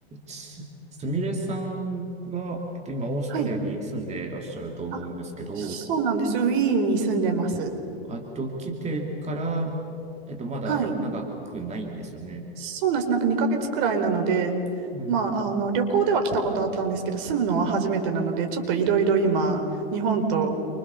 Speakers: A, on the right; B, on the right.
A: す、すみれさんは、えっと、今、オーストリアに住んでいらっしゃると思うんですけど、
B: はい。あ、そうなんです。ウィーンに住んでます。
A: あと、来てから、えっと、まだ長くないんですよね。
B: はい。そうなんです。なんか2ヶ月くらいなので、
A: うん。
B: まあ、あの、旅行では来たことあったんですけど、住むのは初めてなので、ちょっといろいろ今、日本と、